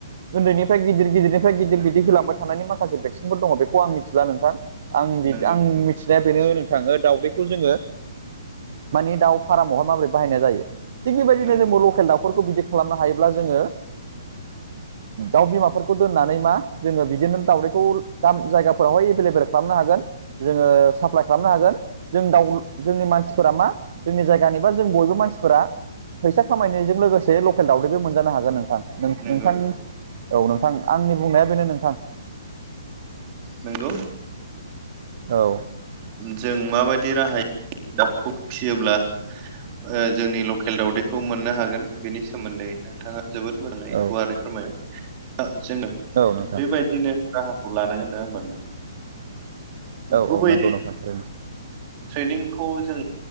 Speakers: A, on the right; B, on the right.
A: ओन्दैनिफ्राय गिदिर गिदिरनिफ्राय गिदिर गिदिर होलांबाय थानानै माखासे भेक्सिनफोर दङ बेखौ आं मिथिला नोंथां। आं बिदि
B: नंगौ
A: आं
B: नंगौ नंगौ
A: मिथिनाय बेनो नोंथाङो दाउदैखौ जोङो मानि दाउ फारामावहाय माबोरै बाहायनाय जायो। थिग बेबायदिनो
B: नंगौ
A: जोङो लकेल दाउफोरखौ बिदि खालामनो हायोब्ला जोङो दाउ बिमाफोरखौ दोननानै मा जोङो बिदिनो दाउदैखौ गाम जायगाफोरावहाय एभेलेबेल खालामनो हागोन। जोङो साप्लाइ खालामनो हागोन। जों दाउ जोंनि मानसिफोरा मा जोंनि जायगानिबा जों बयबो मानसिफोरा फैसा खामायनायजों लोगोसे लकेल दावदैबो मोनजानो हागोन नोंथां नों-नोंथां
B: नंगौ
A: औ नोंथां आंनि बुंनाया बेनो नोंथां।
B: नोंगौ
A: औ
B: जों माबायदि राहायै दाउखौ फिसियोब्ला ओ जोंनि लकेल दावउदैखौ मोननो हागोन बेनि सोमोन्दैनो नोंथाङा जोबोद मोजाङै
A: औ
B: गुवारै फोरमायबाय जोङो
A: औ नोंथां
B: बेबायदिनो राहाखौ लानांगोन नोङा होमबा नों
A: औ
B: गुबै
A: औ नंगौ नोंथां थारैनो।
B: ट्रेनिंखौ जों